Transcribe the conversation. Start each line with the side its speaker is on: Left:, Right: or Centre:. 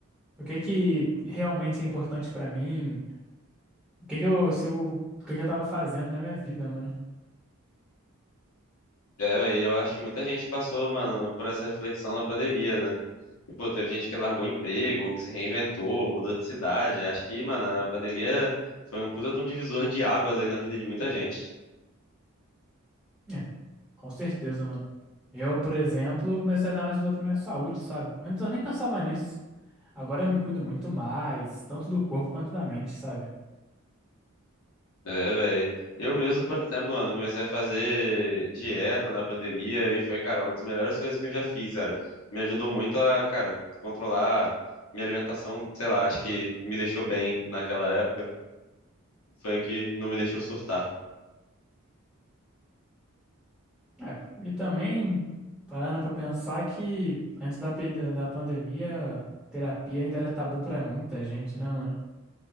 Centre: O que que realmente é importante pra mim? O que que eu, se eu, o que que eu tava fazendo da minha vida, mano?
Left: É, velho, eu acho que muita gente passou, mano, por essa reflexão na pandemia, né? E, pô, teve gente que largou emprego, que se reinventou, mudou de cidade. Acho que, mano, a pandemia foi um puta de um divisor de águas aí na vida de muita gente.
Centre: É, com certeza, mano. Eu, por exemplo, comecei a dar mais valor pra minha saúde, sabe? Antes eu nem pensava nisso. Agora eu me cuido muito mais, tanto do corpo quanto da mente, sabe?
Left: É, velho. Eu mesmo, por exemplo, mano, comecei a fazer dieta na pandemia e foi, cara, uma das melhores coisas que eu já fiz, cara. Me ajudou muito a, cara, controlar minha alimentação, sei lá, acho que me deixou bem naquela época. Foi o que não me deixou surtar.
Centre: É, e também, parando pra pensar que antes da, pe- da pandemia, terapia ainda era tabu pra muita gente, né, mano?